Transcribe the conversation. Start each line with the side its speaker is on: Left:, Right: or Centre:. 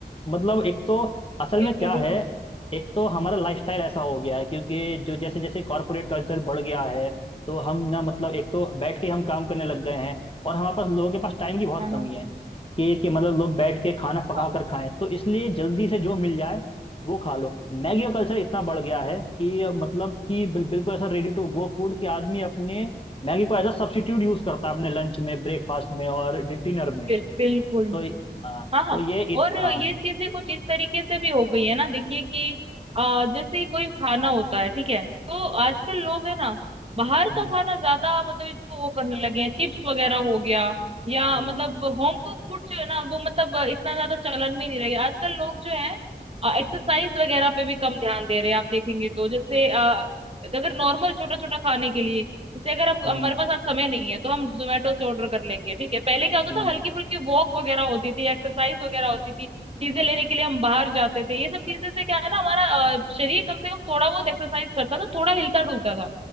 Left: मतलब एक तो असल
Right: बिल्कुल
Left: में क्या
Right: बिल्कुल
Left: है एक तो हमारा लाइफस्टाइल ऐसा हो गया है क्योंकि जो जैसे जैसे कॉरपोरेट कल्चर बढ़ गया है तो हम ना मतलब एक तो बैठ के हम काम करने लग गए हैं और हमारे पास लोगों के पास टाइम की बहुत
Right: हाँ
Left: कमी
Right: हाँ
Left: है कि कि मतलब लोग बैठ के खाना पका
Right: हाँ
Left: कर खाएं तो इसलिए जल्दी से जो मिल जाए वो खा लो मैगी का कल्चर इतना बढ़ गया है कि मतलब कि बिल, बिल्कुल ऐसा रेडी टू गो फूड कि आदमी अपने मैगी को एज अ सब्स्टिट्यूट यूज करता है अपने लंच में ब्रेकफास्ट में और डिनर में
Right: बिल, बिल्कुल
Left: तो अ,
Right: हाँ हाँ
Left: तो ये इत,
Right: और
Left: हाँ
Right: ये चीजें कुछ इस तरीके से भी हो गई है ना देखिए कि आ, जैसे ही कोई खाना होता है ठीक है तो आजकल लोग है ना बाहर
Left: हम्म।
Right: का खाना ज्यादा मतलब इसको वो करने लगे हैं चिप्स वगैरह हो गया या
Left: हम्म
Right: मतलब होम कुक फूड जो है ना वो मतलब इतना ज्यादा चलन में ही नहीं रहे आजकल लोग जो है एक्सरसाइज
Left: हम्म
Right: वगैरह पे भी कम ध्यान दे रहे हैं आप देखेंगे तो जैसे अ, अगर नॉर्मल छोटा छोटा खाने के लिए जैसे अगर अब
Left: हम्म
Right: हमारे पास आज समय नहीं है तो हम जोमेटो से ऑर्डर कर लेंगे ठीक है पहले क्या होता
Left: हम्म
Right: था हल्की फुल्की वॉक वगैरह होती थी एक्सरसाइज वगैरह होती
Left: हम्म
Right: थी चीजें लेने के लिए हम बाहर जाते थे ये सब चीजें से क्या है ना हमारा अ, शरीर कम से कम थोड़ा बहुत एक्सरसाइज करता था थोड़ा हिलता डुलता था